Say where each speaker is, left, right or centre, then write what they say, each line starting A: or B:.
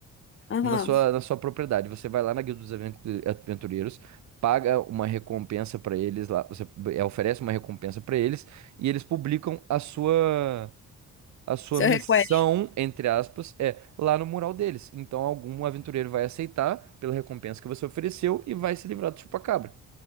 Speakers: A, on the left (about 40°); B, on the right (about 65°).
A: Aham.
B: na sua, na sua propriedade. Você vai lá na Guilda dos Aven- Aventureiros, paga uma recompensa pra eles lá, você é, oferece uma recompensa pra eles e eles publicam a sua a sua
A: Seu
B: missão,
A: request.
B: entre aspas, é lá no mural deles. Então algum aventureiro vai aceitar pela recompensa que você ofereceu e vai se livrar do chupa-cabra.